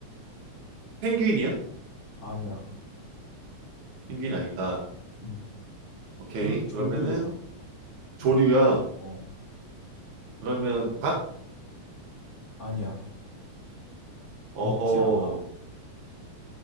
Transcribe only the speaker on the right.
펭귄이야?
펭귄 아니다.
오케이.
그러면은 조류야.
그러면 닭?
어허.